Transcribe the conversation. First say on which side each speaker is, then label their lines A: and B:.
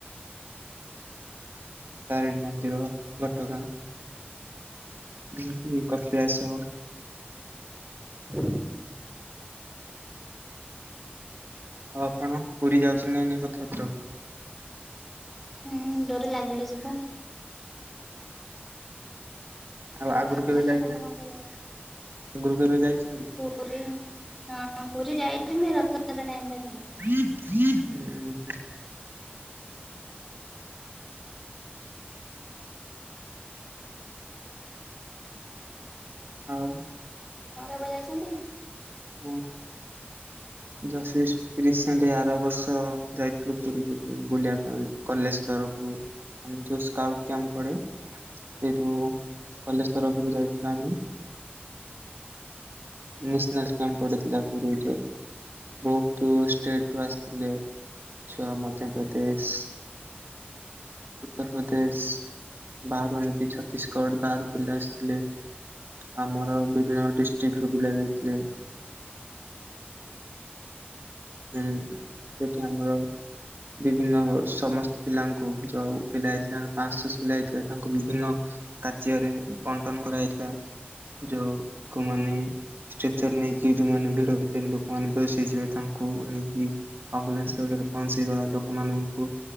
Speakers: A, on the right; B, in the centre.
A: ତାରିଣୀ ମନ୍ଦିର ଘଟଗାଁ। ଏମତି କପିଳାସ।
B: ହୁଁ
A: ଆଉ ଆପଣ ପୁରୀ ଯାଉଛନ୍ତି ନାଇଁ ରଥଯାତ୍ରା କୁ?
B: ହୁଁ ଡରି ଲାଗିଲେ ଯିବୁ।
A: ଆଉ
B: ଡୋରି
A: ଆଗୁରୁ
B: ନ
A: କେବେ
B: ଲାଗିଲେ
A: ଯାଇତାଇ
B: ବନ୍ଦ କଣ ପାଇଁ ଯାଇଛୁ
A: ଆଗୁରୁ କେବେ ଯାଇଛନ୍ତି?
B: ପୁରୀ ହଁ ପୁରୀ ଯାଇଛି କିନ୍ତୁ ଏ ରଥଯାତ୍ରା ଟାଇମ୍ ରେ ଯାଇନି।
A: ଉଁ ଉଁ ହୁ। ଆଉ
B: ଆପଣ କେବେ ଯାଇଛନ୍ତି?
A: ହୁଁ। ଏମ୍ ମିସ୍ ରିସେଣ୍ଟେ ଆର ବର୍ଷ ଯାଇଥିଲୁ ପୁରୀ ବୁଲି ବୁଲିବା ପାଇଁ କଲେଜ ତରଫରୁ ଆମର ଯୋଉ ସ୍କାଉଟ କ୍ୟାମ୍ପ୍ ପଡେ ସେଇଠୁ କଲେଜ ତରଫରୁ ଯାଇଥିଲୁ ଆମେ। ନେସନାଲସ୍ କ୍ୟାମ୍ପ୍ ପଡ଼ିିଥିଲା ପୁରୀ ବିଚ୍ ରେ। ବହୁତୁ ଷ୍ଟେଟ୍ ରୁ ଆସିଥିଲେ। ଛୁଆ ମଧ୍ୟପ୍ରଦେଶ, ଉତ୍ତରପ୍ରଦେଶ ବାହାରୁ ଏମତି ଛତିଶଗଡ଼ ବାହାରୁ ପିଲା ଆସିଥିଲେ। ଆମର ବିଭିନ୍ନ ଡିଷ୍ଟ୍ରିକ୍ଟ୍ ରୁ ପିଲା ଯାଇଥିଲେ। ହୁଁ ଏଠି ଆମର ବିଭିନ୍ନ ସମସ୍ତ ପିଲାଙ୍କୁ ଯୋଉ ପିଲା <unintelligible> ପାଁଶ୍ ଛଶ୍ ପିଲା ହେଇଥିଲେ ତାଙ୍କୁ ବିଭିନ୍ନ କାର୍ଯ୍ୟରେ ବଣ୍ଟନ କରାଯାଇଥିଲା ଯୋଉ କମାନେ ଷ୍ଟ୍ରେଚର୍ ନେଇକି ଯୋଉମାନେ ଭିଡ ଭିତରେ ଲୋକମାନେ ବେହୋସ୍ ହେଇଯିବେ ତା କୁ ନେଇକି ଆମ୍ବୁଲାନ୍ସରେ ପହଞ୍ଚେଇବା ଲୋକମାନଙ୍କୁ